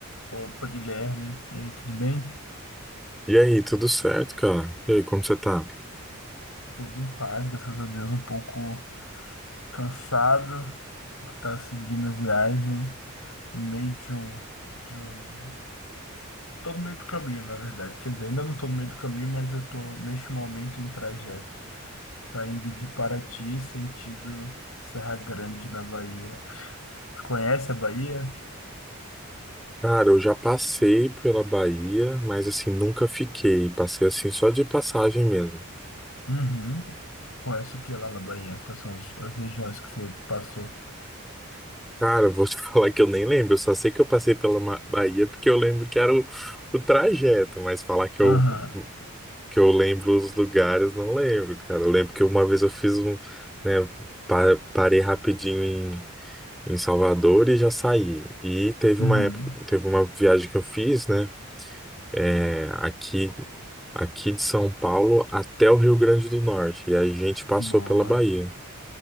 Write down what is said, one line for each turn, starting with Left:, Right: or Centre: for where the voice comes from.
Left: Opa, Guilherme, e aí, tudo bem?
Centre: E aí, tudo certo, cara? E aí, como você tá?
Left: Tudo em paz, graças a Deus, um pouco cansado por estar seguindo a viagem no meio de um, de um... Tô no meio do caminho, na verdade. Quer dizer, ainda não tô no meio do caminho, mas eu tô, neste momento, em trajeto. Saindo de Paraty, sentido Serra Grande, na Bahia. Tu conhece a Bahia?
Centre: Cara, eu já passei pela Bahia, mas assim, nunca fiquei. Passei assim só de passagem mesmo.
Left: Uhum. Conhece o que lá na Bahia? Quais são as as regiões que você passou?
Centre: Cara, eu vou te <laughs> falar que eu nem lembro. Eu só sei que eu passei pela Ma- Bahia porque eu lembro que era o, o trajeto, mas falar que
Left: Aham.
Centre: eu, que eu lembro os lugares, não lembro, cara. Eu lembro que uma vez eu fiz um, né, pa- parei rapidinho em, em Salvador e já saí. E teve
Left: Uhum.
Centre: uma época, teve uma viagem que eu fiz, né? é, aqui aqui de São Paulo até o Rio Grande do Norte. E aí a gente passou
Left: Boa.
Centre: pela Bahia.